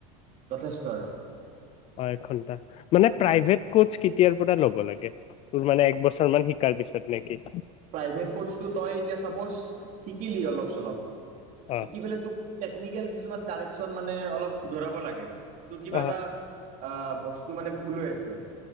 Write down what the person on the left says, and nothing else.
অ, এঘন্টা মানে
প্ৰাইভেট কচ কেতিয়াৰ পৰা ল'ব লাগে। তোৰ মানে এক বছৰ মান শিকাৰ পিছত নেকি?
অ
অ